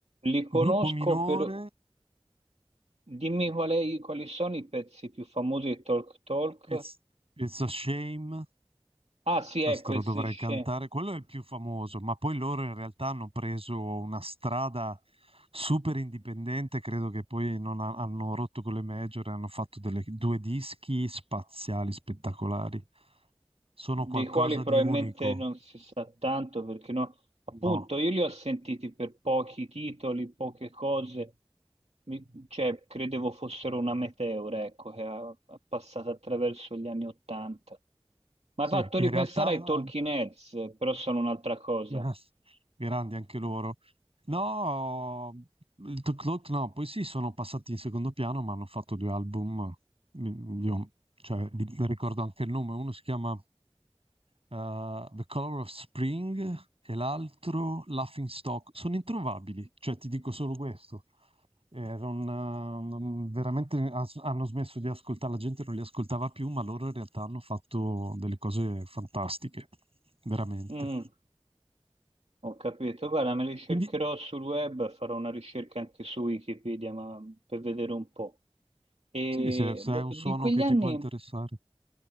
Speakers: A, on the right; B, on the right.
A: li
B: Gruppo
A: conosco
B: minore,
A: per... Dimmi qual è- quali sono i pezzi più famosi di Talk Talk.
B: It's, It's a Shame,
A: Ah, sì,
B: questo
A: ecco,
B: lo
A: il
B: dovrei
A: Secession.
B: cantare, quello è il più famoso, ma poi loro in realtà hanno preso una strada super indipendente, credo che poi non ha- hanno rotto con le major e hanno fatto delle- due dischi spaziali, spettacolari. Sono
A: dei
B: qualcosa
A: quali probabilmente
B: di unico.
A: non si sa tanto perché no, appunto
B: No,
A: io li ho sentiti per pochi titoli, poche cose, Mi- cioè credevo fossero una meteora, ecco, che è passata attraverso gli anni Ottanta. Mi
B: sì,
A: ha fatto
B: in
A: ripensare
B: realtà
A: ai Talking Heads, eh, però sono un'altra cosa.
B: <laughs> Ah, Grandi anche loro. No, il Tok Tok no, poi sì, sono passati in secondo piano, ma hanno fatto due album. Mm, Io, cioè, li- mi ricordo anche il nome. Uno si chiama eh, The Color of Spring e l'altro Laughing Stock. Sono introvabili, cioè ti dico solo questo. Eh, non, eh, non- veramente as- hanno smesso di ascoltare, la gente non li ascoltava più, ma loro in realtà hanno fatto delle cose fantastiche, veramente.
A: Mm, ho capito, guarda, me li cercherò
B: Quindi
A: sul web, farò una ricerca anche su Wikipedia, ma per vedere un po'. E
B: Sì, se, se
A: lo-
B: è un suono
A: di quegli
B: che ti
A: anni.
B: può interessare.